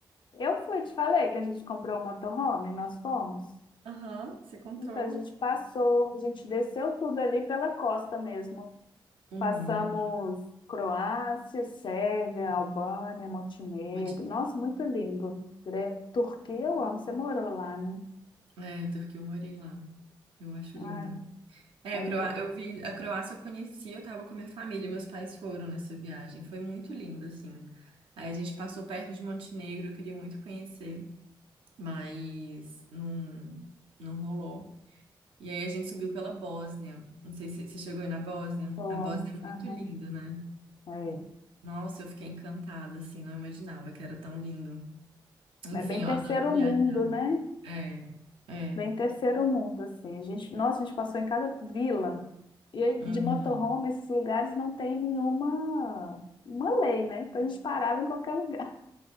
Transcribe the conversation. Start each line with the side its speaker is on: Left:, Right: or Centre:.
Left: Eu fui, te falei que a gente comprou um motorhome, nós fomos.
Right: Aham, você contou.
Left: Então, a gente passou, a gente desceu tudo ali pela costa mesmo.
Right: Uhum.
Left: Passamos Croácia, Sérvia, Albânia, Montenegro.
Right: Pode-
Left: Nossa, muito lindo. Gre- Turquia, eu amo. Você morou lá, né?
Right: É, Turquia, eu morei lá. Eu acho lindo.
Left: Ai,
Right: É,
Left: ali
Right: a Croá... eu vi a Croácia eu conheci, eu tava com a minha família, meus pais foram nessa viagem. Foi muito lindo, assim. Aí a gente passou perto de Montenegro, eu queria muito conhecer, mas não, não rolou. E aí a gente subiu pela Bósnia. Não sei se você chegou aí na Bósnia.
Left: fomos.
Right: A Bósnia é
Left: Aham.
Right: muito linda, né?
Left: É.
Right: Nossa, eu fiquei encantada, assim, não imaginava que era tão lindo. Enfim,
Left: É bem
Right: eu
Left: terceiro
Right: adoro viajar.
Left: mundo, né?
Right: É, é.
Left: Bem terceiro mundo, assim. A gente, nossa, a gente passou em cada vila. E aí, de
Right: Uhum.
Left: motorhome, esses lugares não tem nenhuma uma lei, né? Então a gente parava em qualquer lugar.